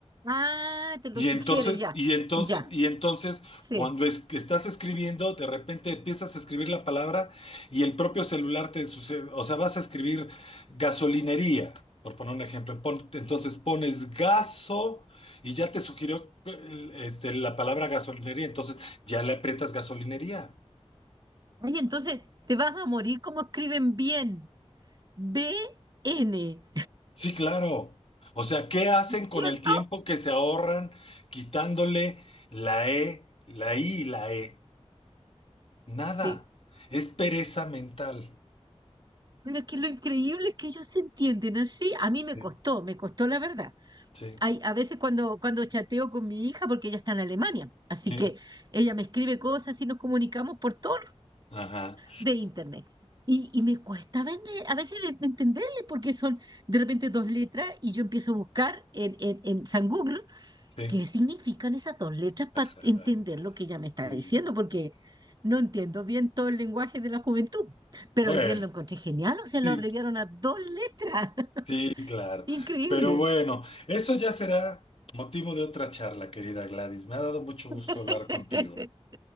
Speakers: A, on the right; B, on the left.
A: Ah, te lo
B: y
A: sugiere
B: entonces,
A: ya,
B: y entonces,
A: ya,
B: y entonces,
A: sí.
B: cuando es que estás escribiendo, de repente empiezas a escribir la palabra y el propio celular te sucede, o sea, vas a escribir gasolinería, por poner un ejemplo. Pon- entonces pones gaso y ya te sugirió eh, este, la palabra gasolinería, entonces ya le aprietas gasolinería.
A: Oye, entonces te vas a morir como escriben bien. B-N.
B: Sí, claro. O sea, ¿qué hacen con
A: ¿Cierto?
B: el tiempo que se ahorran quitándole la E, la I y la E? Nada.
A: Sí.
B: Es pereza mental.
A: Pero es que lo increíble es que ellos se entienden así. A mí me
B: Sí,
A: costó, me costó la verdad.
B: sí,
A: Hay, a veces cuando, cuando chateo con mi hija, porque ella está en Alemania, así
B: sí.
A: que ella me escribe cosas y nos comunicamos por todo
B: Ajá,
A: de internet. Y, y me cuesta vende- a veces de- de entenderle porque son de repente dos letras y yo empiezo a buscar en, en, en San Google
B: sí,
A: ¿Qué significan esas dos letras para
B: ajá,
A: entender lo que ella me está
B: sí.
A: diciendo? Porque no entiendo bien todo el lenguaje de la juventud, pero
B: Bueno,
A: el bien lo encontré genial, o sea, lo
B: sí,
A: abreviaron a dos letras. <laughs>
B: sí, claro.
A: Increíble.
B: Pero bueno, eso ya será motivo de otra charla, querida Gladys. Me ha dado mucho gusto
A: <laughs>
B: hablar contigo.